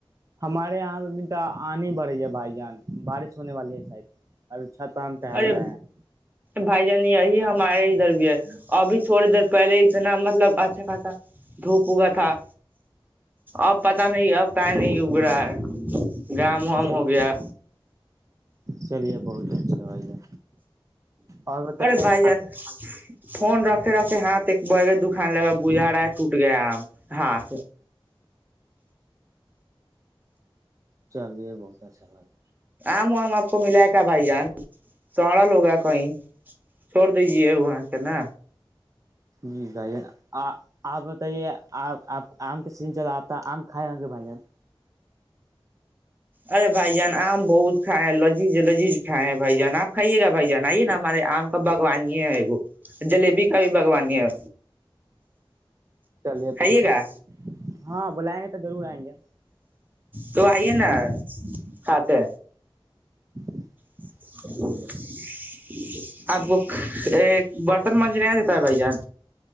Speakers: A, on the right (about 35°); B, on the right (about 20°).
A: ہمارے یہاں ابھی آانی ہی بڑی ہے بھائی جان بارش ہونے والی ہے ساید ابھی اھا تان ٹہل
B: ارے
A: رہے ہیں
B: بھائی جان یہی ہمارے ادھر بھی ہے ابھی تھوڑی دیر پہلے اتنا مطلب اچھا خاصہ دھوپ و کا تھا اب پت نہیں اب کہیں نہیں اب رہا ہے گام وام
A: چ
B: ہو گیا
A: چلیے بہت اچھا توبی لے اور بتائیے
B: ارے بھائی جان
A: آپ
B: فون رکھے رکھے ہاتھ ایک بڑ دکان لگا گجارا ہے ٹوٹ گیا اب ہاتھ
A: چلیے بہت اچھا بات ہے
B: آم وام آ کو ملا کے کیا بھائی جان سڑا لوگا کہیں چھوڑ دیجیے وہاں چنا
A: جی بھائی جان آ آپ بتائیے آپ آپ آم کے سن چلا آپتا آم کھائے ہوں گے بھائی جان
B: ارے بھائی جان آم بہت کھائے ہیں لذیذ لذیذ کھائے ہیں بھائی جان آپ کھائیے گا بھائی جان آئیے نا ہمارے آم کا بگوان ہی ہےو جلیبی کا بھی باگوانی ہے
A: چلیے
B: کھائیے
A: بہت
B: گا
A: اچھا، ہاں بلائیں گے تو ضرور آئیں گے
B: تو آئیے نا آتے
A: <unintelligible>
B: <unintelligible>
A: چلیے
B: آپ کو برتن منجنے آ دیتا ہے بھائی جان